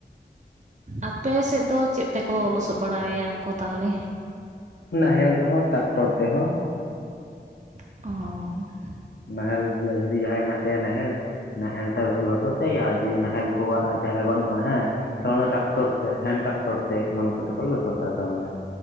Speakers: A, on the right (about 40°); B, on the left (about 70°).
A: ᱟᱯᱮ ᱥᱮᱫ ᱫᱚ ᱪᱮᱫ ᱛᱮᱠᱚ ᱞᱚᱥᱚᱫ ᱵᱟᱲᱟᱭᱟ ᱠᱚ ᱛᱟᱦᱚᱞᱮ?
B: ᱱᱟᱦᱮᱞ ᱛᱮᱦᱚᱸ ᱴᱟᱠᱴᱚᱨ ᱛᱮᱦᱚᱸ᱾
A: ᱚ
B: ᱱᱟᱦᱮᱞ ᱡᱩᱫᱤ ᱡᱟᱦᱟᱸᱭ ᱢᱮᱱᱟᱜ ᱛᱟᱭᱟ ᱱᱟᱦᱮᱞ ᱱᱟᱦᱮᱞ ᱛᱮ ᱞᱚᱥᱚᱫ ᱛᱮ ᱟᱨ ᱡᱚᱭ ᱱᱟᱦᱮᱞ ᱠᱚᱣᱟᱜ ᱡᱟᱦᱟ ᱵᱟᱹᱱᱩᱜᱼᱟ ᱦᱮᱸ ᱴᱟᱠᱴᱚᱨ ᱛᱮ ᱮᱠᱷᱮᱱ ᱴᱟᱠᱴᱚᱨ ᱛᱮ ᱮᱢᱟᱱ ᱠᱚᱛᱮ ᱠᱚ ᱞᱚᱥᱚᱫ ᱛ ᱾ᱢᱟᱱᱮ